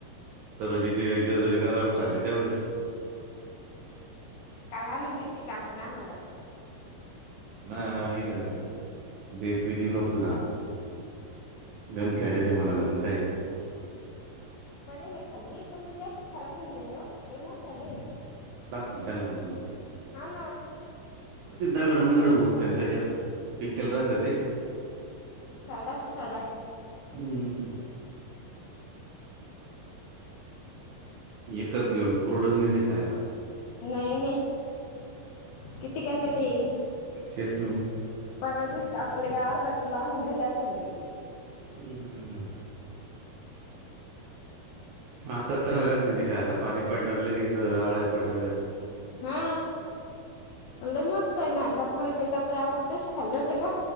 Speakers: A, on the right; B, on the left.
A: तरुजी ते जेजुरी गरावर खाल्ली तेवढेच.
B: काल आणून दिलती काकूूने आम्हाला
A: ना ये देेत ब नाही लोक घ गणखेड्याच्या मनाला पण काय?
B: पडेले खाली पण मग त्याशी खराब होऊन गेले ओ लई मोठ्याले.
A: सुंदारलं म्हणून
B: हा, ना.
A: ते दगडं
B: सडा
A: मेगडं घुसत्यात त्याच्यात, पिकले राहतात
B: सडाच सडा
A: हम्म. एकच घेऊन पुरवडत नाही, ते खायला.
B: नाही, नाही, किती करत्याती
A: तेच ना मग
B: परवा दिवशी- काकुले काय अर्धा किलो आणून दिले असेल लगेच-
A: हम्म. आत- ते चांगली लागतील, ते खायला पाणी पडल्यावर लगेच आळ्या पडत्यात-
B: हा, लई मस्त आहे ना, टपोरीचे टपुरे आपण तसे खाल्ले होते का?